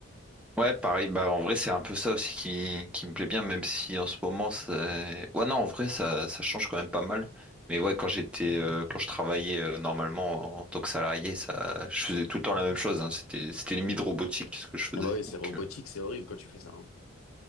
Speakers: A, in the centre; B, on the left (about 85°).
A: Ouais, pareil. Bah, en vrai, c'est un peu ça aussi qui, qui me plaît bien, même si en ce moment, c'est... Ouais, non, en vrai, ça, ça change quand même pas mal. Mais ouais, quand j'étais, euh, quand je travaillais euh, normalement en tant que salarié, ça, je faisais tout le temps la même chose. hein. C'était, c'était limite robotique ce que je faisais.
B: Ah bah oui, c'est
A: Donc,
B: robotique,
A: euh,
B: c'est horrible quand tu fais ça, hein.